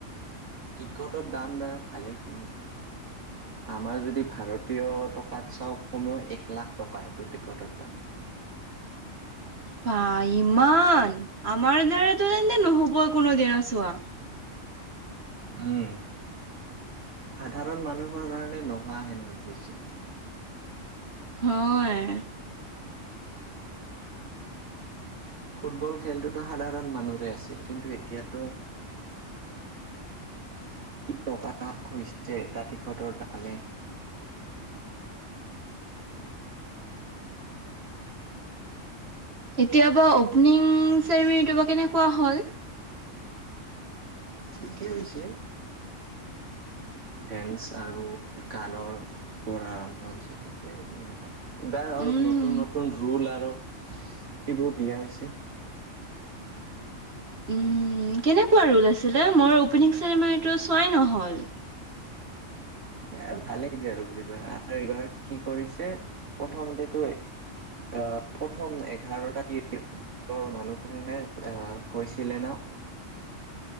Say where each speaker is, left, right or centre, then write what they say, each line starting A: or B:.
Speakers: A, on the right (about 65°); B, on the right (about 50°).
A: টিকটৰ দাম বাৰ ভালেইখিনি আমাৰ যদি ভাৰতীয় টকাত চাওক কমেও এক লাখ টকা এইটো টিকটৰ দাম
B: বা ইমান আমাৰ দ্বাৰাতো তেন্তে নহ'ব কোনোদিনে চোৱা
A: উম সাধাৰণ মানুহৰ কাৰণে নোহোৱা হৈ গৈছে
B: হয়
A: ফুটবল খেলটোতো সাধাৰণ মানুহৰে আছিল কিন্তু এতিয়াতো টকা হৈছে তাত ফটৰ ডালে
B: এতিয়াবা অপেনিং চেৰিমনীটোৰ বা কেনেকুৱা হ'ল
A: ঠিকেই হৈছে ডেন্স আৰু গানৰ পৰা আৰম্ভ হৈছে ঠিকেই হৈছে যো বাৰ অলপ
B: উম।
A: নতুন নতুন ৰুল আৰু সেইবোৰ দিয়া হৈছে
B: উ কেনেকুৱা ৰোল আছিলে মই অপেনিং চেৰিমনীটো চোৱাই নহ'ল
A: এ ভালেখিনি আৰু বিব আৰু এইবাৰ কি কৰিছে প্ৰথমতেতো আহ প্ৰথম এঘাৰটা দি মানুহেনে আহ গৈছিলে ন